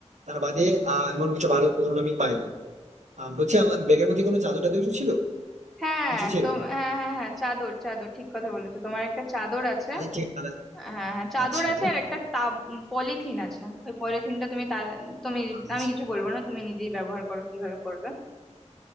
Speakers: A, on the right; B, in the centre.
A: তার বাদে আহ এমন কিছু ভালো উপকরণ আমি পাইনি আম বলছি আমার ব্যাগের মধ্যে কোনো চাদর টাদর কিছু ছিল?
B: হ্যাঁ
A: কিছু ছিল
B: তো
A: না।
B: হ্যাঁ হ্যাঁ হ্যাঁ চাদর চাদর ঠিক কথা বলেছো তোমার একটা চাদর আছে
A: আচ্ছা ঠিক মানে
B: হ্যাঁ হ্যাঁ হ্যাঁ, চাদর
A: আচ্ছা,
B: আছে আর একটা তাব পলিথিন আছে ওই পলিথিনটা তুমি তা- তুমি
A: আচ্ছা।
B: আমি কিছু বলবো না তুমি নিজেই ব্যবহার করো কিভাবে করবে